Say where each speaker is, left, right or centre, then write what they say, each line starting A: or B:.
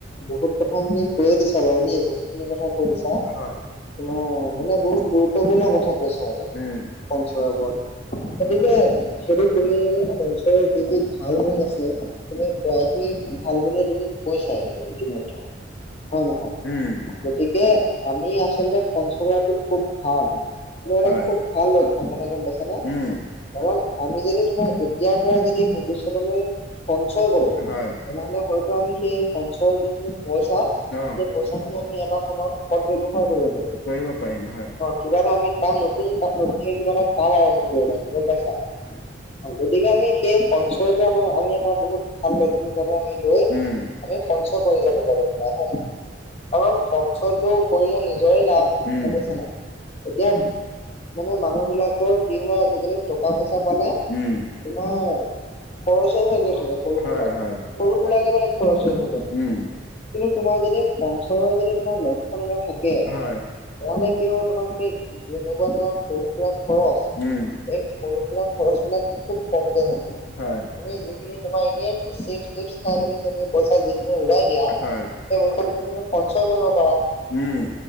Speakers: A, on the left; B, on the left.
A: বহুত কথাখিনি কৈয়ে দিছা বাৰু দেই বহুতখিনি কথা কৈ দিছা।
B: হয়।
A: তোমাৰ মানে বহুত গুৰুত্বপূৰ্ণ কথা কৈছা বাৰু
B: উম,
A: সঞ্চয়ৰ ওপৰত গতিকে সেইটোত তুমি সঞ্চয়ৰ যি যি ভাল গুণ আছে তুমি প্ৰায়খিনি ভাল গুণেই খিনি কৈছায়ে এতিয়া ইতিমধ্যে। হয় নহয়
B: উম,
A: গতিকে আমি আচলতে সঞ্চয় কৰাটো খুব ভাল। সেইটো মানে
B: হয়।
A: খুব ভাল অভ্যাস গম পাইছানে?
B: উম,
A: কাৰণ আমি যদি তোমাৰ এতিয়াৰ পৰা যদি ভৱিষ্যতলৈ সঞ্চয় কৰো
B: হয়,
A: তেনেহ'লে হয়তো আমি সেই সঞ্চয়ৰ যিখিনি পইচা
B: অ'।
A: সেই পইচা খিনি আমি এটা সময়ত সৎ ব্যৱহাৰ কৰিব পাৰিম।
B: কৰিব পাৰিম হয়।
A: কিবা এটা আমি কাম নতুন নতুনকে কিবা এটা কাম আৰম্ভ কৰিব পাৰিম গম পাইছা। অ গতিকে আমি সেই সঞ্চয়টো আমাৰ আমি এটা বহুত ভাল লক্ষণ হিচাপে আমি লৈ
B: উম।
A: আমি সঞ্চয় কৰি যাব পাৰো সদায় হয় নহয় কাৰণ সঞ্চয়টো কৰিলে নিজৰে লাভ।
B: উম।
A: গম পাইছা নাই? এতিয়া মানে মানুহবিলাকৰ কি হয় আজিকালি টকা পইচা পালে তোমাৰ
B: উম,
A: খৰচ হৈ হৈ গৈ থাকে সৰু
B: হয়
A: সুৰাকে। সৰু
B: <unintelligible>
A: সুৰাকে মানে খৰচ হৈ হৈ গৈ থাকে।
B: উম,
A: কিন্তু তোমাৰ যদি সঞ্চয়ৰ যদি তোমাৰ লক্ষণ এটা থাকে
B: হয়,
A: কাৰণে কি হ'ব তোমাৰ সেই যেনেকুৱা তোমাৰ সৰু সুৰা খৰচ
B: উম,
A: এই সৰু সুৰা খৰচবিলাক খুব কমকে হ'ব।
B: হয়।
A: তুমি যিখিনি তোমাৰ ই চেভ টেভ নাই বুলি শুনি <unintelligible> পইচা যিখিনি উৰাই দিয়া সেই
B: হয়,
A: পইচাখিনি তুমি সঞ্চয় কৰিব পাৰা
B: উম।